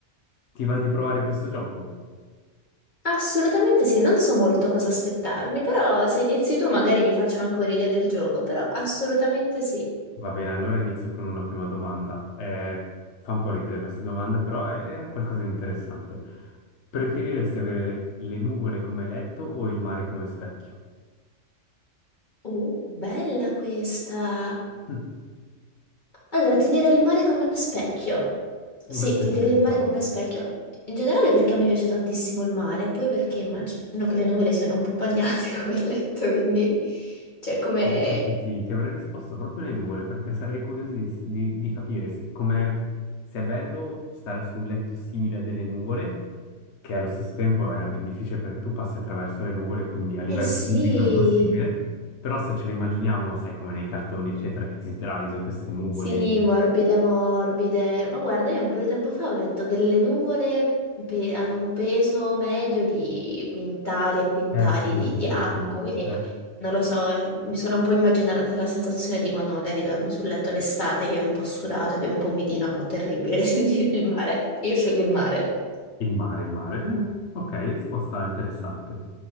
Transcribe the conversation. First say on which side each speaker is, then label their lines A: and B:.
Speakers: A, on the left; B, on the left.
A: Ti va di provare questo gioco?
B: Assolutamente sì, non so molto cosa aspettarmi, però se inizi tu magari mi faccio anche un'idea del gioco, però assolutamente sì.
A: Va bene, allora inizio con una prima domanda. Eh, fa un po' ridere questa domanda, però è qualcosa di interessante. Preferiresti avere le nuvole come letto o il mare come specchio?
B: Uh, bella questa.
A: <laughs>
B: Allora, ti direi il mare come specchio. Sì,
A: Molto
B: ti
A: interessante.
B: direi il mare come specchio. In generale perché a me piace tantissimo il mare, poi perché immagino che le nuvole siano un po' bagnate <laughs> come il letto, quindi... Cioè, come...
A: Io invece ti, ti avrei risposto proprio le nuvole perché sarei curioso di, di- di capire s- come sia bello stare su un letto simile a delle nuvole, che allo stesso tempo è anche difficile perché tu passi attraverso le nuvole, quindi a livello
B: Eh sì,
A: fisico è impossibile, però se ce le immaginiamo, sai, come nei cartoni, eccetera, che ti sdrai su queste nuvole.
B: Sì, morbide, morbide. Ma guarda, io un po' di tempo fa ho letto che le nuvole pe- hanno un peso medio di quintali e quintali
A: Eh sì,
B: di,
A: sì, sì,
B: di
A: sì,
B: acqua,
A: sì, no.
B: quindi
A: Eh,
B: non lo so, eh, mi sono un po' immaginata la sensazione di quando magari dormi sul letto d'estate che è un po' sudato ed è un po' umidino, no, terribile, <laughs> il mare. Io scelgo il mare.
A: Il mare, il mare. Eh, ok, risposta interessante.